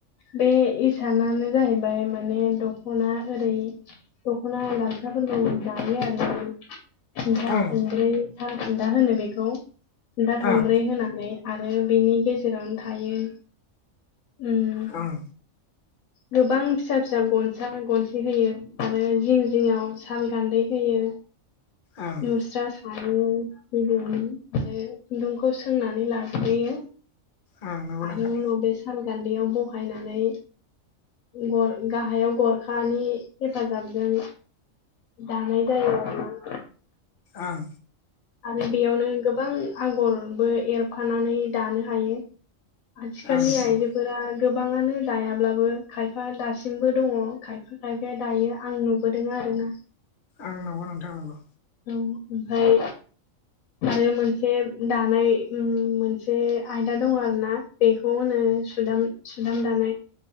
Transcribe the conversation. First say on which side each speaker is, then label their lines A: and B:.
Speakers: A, on the left; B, on the left.
A: बे इसानानो जाहैबाय माने दख'ना ओरै दख'ना गामसाफोर दायो आरो खुन्था
B: ओं
A: थंब्रै साल खुन्था होनो बेखौ खुन्था थंब्रै
B: ओं
A: होनानै आरो बेनि गेजेरावनो थायो उम
B: आ ओं
A: गोबां फिसा फिसा गनसा गनसे होयो आरो जिं जिङाव साल गान्दै होयो
B: ओं
A: मुस्रा आरो बेदियावनो खुन्दुंखौ सोंनानै लाग्रोयो
B: ओं नंगौ
A: आरो
B: नोंथां
A: उनाव बे सालगान्दैयाव बहायनानै गर गाहायाव गरखानि हेफाजाबजों दानाय जायो आरोना
B: आं
A: आरो बेयावनो गोबां आगरबो एरफानानै दानो हायो आथिखालनि
B: ओं नंगौ
A: आइजोफोरा गोबाङानो दायाब्लाबो खायफा दासिमबो दङ खायफा खायफाया दायो आं नुबोदों आरो आरोना
B: आं नंगौ नोंथां नंगौ
A: औ ओमफाय आरो मोनसे दानाय मोनसे आयदा दङ आरो ना बेखौ होनो सुदाम सुदाम दानाय